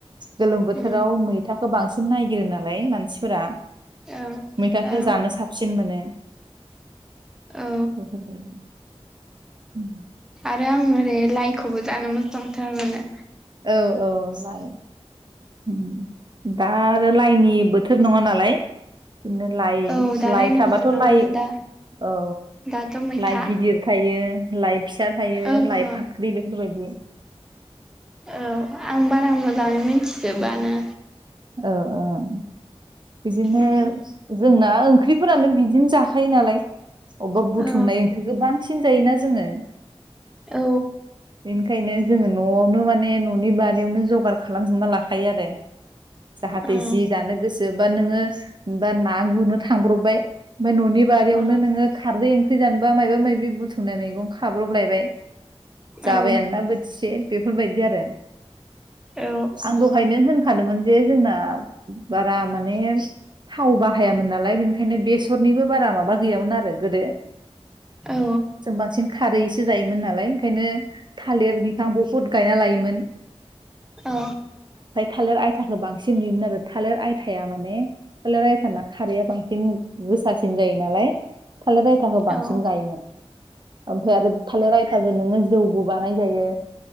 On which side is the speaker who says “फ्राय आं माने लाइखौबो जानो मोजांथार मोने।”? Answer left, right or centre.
Centre